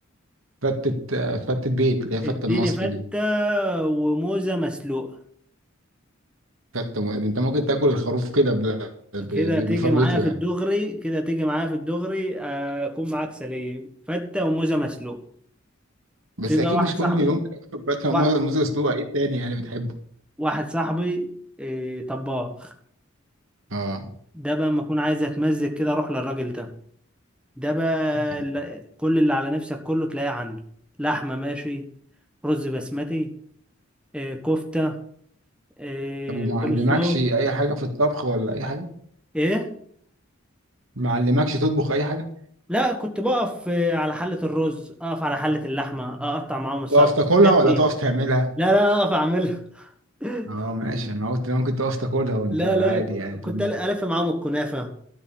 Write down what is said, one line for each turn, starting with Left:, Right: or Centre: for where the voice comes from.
Right: فتة فتة بيت اللي هي فتة
Centre: اديني
Right: المصري
Centre: فتة
Right: دي
Centre: وموزة مسلوقة
Right: فتة م- انت ممكن تاكل الخروف كده ب... ب... ب-
Centre: كده تيجي
Right: بفروته
Centre: معايا في
Right: يعني
Centre: الدغري كده تيجي معايا في الدغري آه، اكون معاك سليم فتة وموزة مسلوق
Right: بس
Centre: في بقى
Right: اكيد
Centre: واحد
Right: مش كل
Centre: صاحبي
Right: يوم تاكل فتة
Centre: وا-
Right: مو- موز مسلوقة ايه تاني يعني بتحبه
Centre: واحد صاحبي إيه، طباخ
Right: اه
Centre: ده بقى لما اكون عايز اتمزج كده اروح للراجل ده ده بقى
Right: <laughs>
Centre: ال- كل اللي على نفسك كله تلاقيه عنده لحمة ماشي رز بسمتي إيه، كفتة إيه،
Right: طب وما
Centre: كول
Right: علمكش
Centre: سلو
Right: اي حاجة في الطبخ ولا اي حاجة
Centre: ايه
Right: ما علمكش تطبخ اي حاجة
Centre: لا كنت بقف آه، على حلة الرز اقف على حلة اللحمة اقطع معاهم السلطة
Right: تقف تاكلها
Centre: الحاجات
Right: ولا
Centre: دي
Right: تقف تعملها
Centre: لا لا اقف اعملها <laughs>
Right: اه ماشي انا قلت انا كنت اقف تاكلها وانت
Centre: لا
Right: عادي
Centre: لا ك-
Right: يعني طب
Centre: كنت ألف معاهم الكنافة